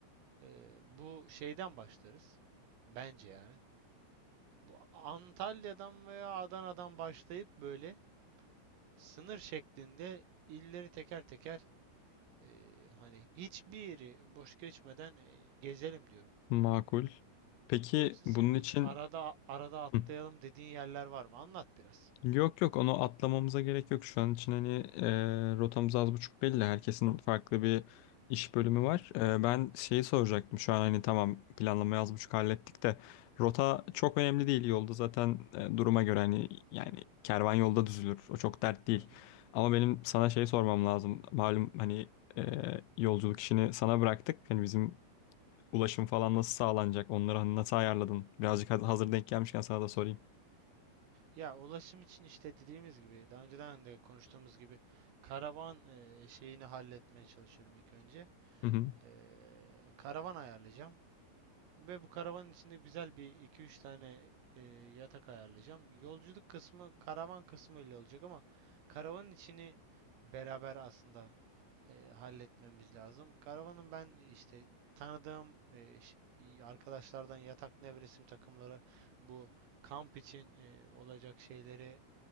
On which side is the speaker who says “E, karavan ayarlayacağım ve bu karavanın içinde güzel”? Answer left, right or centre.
Right